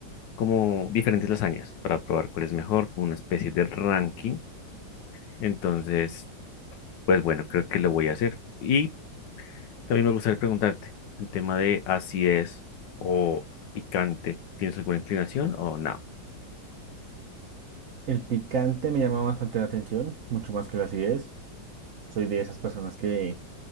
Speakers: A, on the left; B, on the right.
A: como diferentes lasañas para probar cuál es mejor, como una especie de ranking. Entonces, pues bueno, creo que lo voy a hacer. Y también me gustaría preguntarte, el tema de acidez o picante, ¿tienes alguna inclinación o no?
B: El picante me llama bastante la atención, mucho más que la acidez. Soy de esas personas que